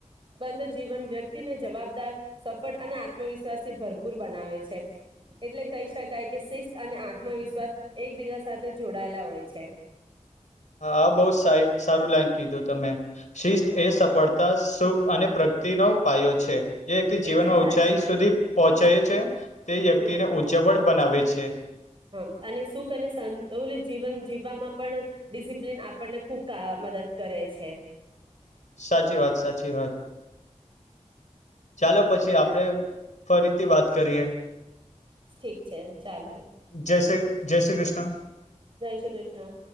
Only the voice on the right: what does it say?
બંધ જીવન વ્યક્તિને જવાબદાર સફળ અને આત્મવિશ્વાસ થી ભરપૂર બનાવે છે. એટલે કહી શકાય કે શિસ્ત અને આત્મવિશ્વાસ એકબીજા સાથે જોડાયેલા હોય છે
હમ
એકદમ સાચી
વાત
હમ
હા અને સુખ અને સંતુલિત જીવન જીવવામાં પણ ડિસિપ્લિન આપણને ખૂબ મદદ કરે છે
ઠીક છે ચાલો
જય શ્રી કૃષ્ણ